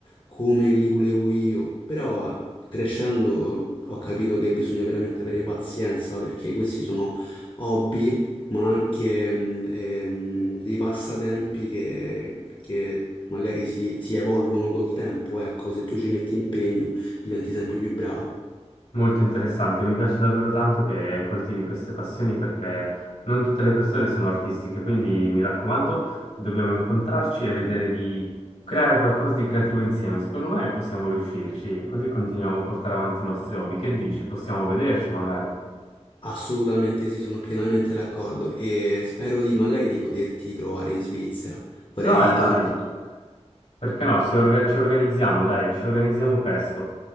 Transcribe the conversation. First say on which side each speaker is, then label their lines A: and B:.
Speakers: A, on the left; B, on the left.
A: come li volevo io, però eh, crescendo ho capito che bisogna veramente avere pazienza perché questi sono hobby ma anche mh, ehm, dei passatempi che, che magari si, si evolvono col tempo. Ecco, se tu ci metti impegno, diventi sempre più bravo.
B: Molto interessante, mi piace davvero tanto che coltivi queste passioni perché non tutte le persone sono artistiche, quindi mi raccomando, dobbiamo incontrarci e vedere di creare qualcosa di creativo insieme. Secondo me possiamo riuscirci e così continuiamo a portare avanti i nostri hobby. Che dici? Possiamo vederci magari?
A: Assolutamente sì, sono pienamente d'accordo e spero di magari di poterti trovare in Svizzera. Vorrei
B: Dai, dai,
A: tornare
B: perché no? Ci orga- ci organizziamo, dai, ci organizziamo presto.